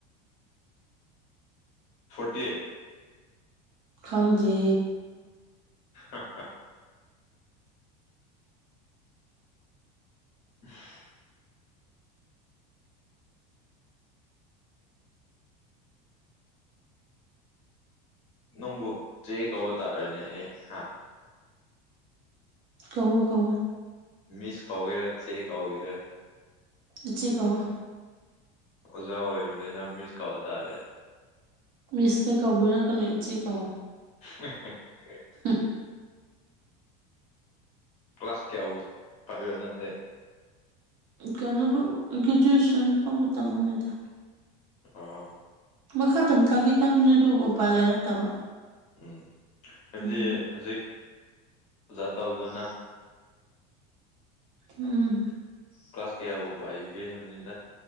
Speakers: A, on the left; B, on the right.
A: ꯐꯣꯔꯇꯤ
B: ꯈꯪꯗꯦ
A: ꯍ ꯍ ꯎ <inaudible> ꯅꯪꯕꯨ ꯆꯦ ꯀꯧꯕ ꯇꯥꯔꯦꯅꯦ ꯑꯦ ꯍꯥ
B: ꯀꯧꯋꯣ ꯀꯧꯋꯣ
A: ꯃꯤꯁ ꯀꯧꯒꯦꯔꯥ ꯆꯦ ꯀꯧꯒꯦꯔꯥ
B: ꯏꯆꯦ ꯀꯧꯋꯣ
A: ꯑꯣꯖꯥ ꯑꯣꯏꯕꯅꯤꯅ ꯃꯤꯁ ꯀꯧ ꯇꯥꯔꯦ
B: ꯃꯤꯁ ꯇꯤ ꯀꯧꯕꯤꯔꯛꯀꯅꯣ ꯏꯆꯦ ꯀꯧꯋꯣ
A: <unintelligible>
B: <inaudible>
A: ꯀ꯭ꯂꯥꯁ ꯀꯌꯥꯕꯨ ꯄꯥꯏꯕ ꯅꯪꯗꯤ
B: ꯀꯩꯅꯣ ꯐꯥꯎ ꯒ꯭ꯔꯦꯖꯨꯌꯦꯁꯟ ꯐꯥꯎꯕ ꯇꯝꯃꯝꯃꯦꯗꯥ
A: ꯑꯣ
B: ꯃꯈꯥ ꯇꯝꯊꯥꯒꯤ ꯈꯟꯕꯅꯦ ꯑꯗꯨꯕꯨ ꯎꯄꯥꯏ ꯂꯩꯔꯛꯇꯕ
A: ꯎꯝ ꯍꯥꯏꯕꯗꯤ
B: ꯑꯗꯒꯤ
A: ꯍꯧꯖꯤꯛ ꯑꯣꯖꯥ ꯇꯧꯗꯨꯅ
B: ꯎꯝ
A: ꯀ꯭ꯂꯥꯁ ꯀꯌꯥꯕꯨ ꯄꯥꯏꯕꯤꯒꯦ ꯍꯥꯏꯕꯅꯤꯗ